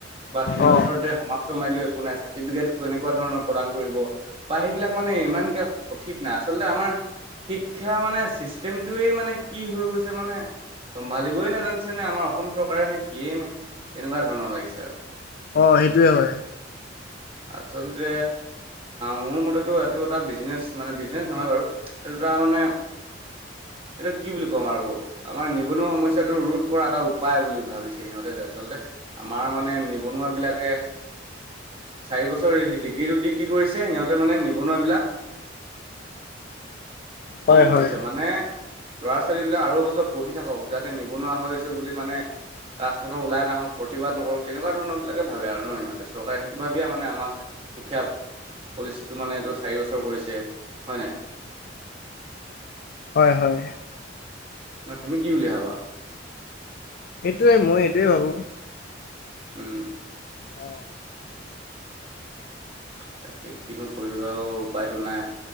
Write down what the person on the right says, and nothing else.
বা তিনিবছৰতে
সমাপ্ত মাৰিলে একো নাই চাৰ্টিফিকেট কেনেকুৱা ধৰণৰ প্ৰদান কৰিব। বা সেইবিলাক মানে ইমানকে সঠিক নাই। আচলতে আমাৰ শিক্ষা মানে চিষ্টেমটোৱে মানে কি হৈ গৈছে মানে চম্ভালি নাজানিছেনে আমাৰ অসম চৰকাৰে নে কিয়ে নে তেনেকুৱা ধৰণৰ লাগিছে আৰু।
<inaudible> আচলতে মোৰ মতেতো এইটো এটা বিজনেছ মানে বিজনেছ নহয় বাৰু। এইটো তাৰ মানে এইটো কি বুলি কম আৰু আমাৰ নিবনুৱা সমস্যা টো ৰোধ কৰা এটা উপায় বুলি ভাবিছে সিহঁতে যে আচলতে। আমাৰ মানে নিবনুৱাবিলাকে চাৰি বছৰ ডিগ্ৰীটো দি কি কৰিছে সিহঁতে মানে নিবনুৱাবিলাক
কম
কৰিছে মানে ল'ৰা ছোৱালীবিলাক আৰু বছৰ পঢ়ি থাকক। যাতে নিবনুৱা হৈছো বুলি মানে ৰাজপথত ওলাই নাহক প্ৰতিবাদ নকৰক তেনেকুৱা ধৰণৰ বিলাকে ভাবে আৰু ন সিহঁতে চৰকাৰে সেইটো ভাবিয়ে মানে আমাক শিক্ষা পলিচিটো মানে এইটো চাৰি বছৰ কৰিছে হয় নাই?
ন তুমি কি বুলি ভাবা?
উম।
তাকে কিনো কৰিবা অ' উপায়তো নাই।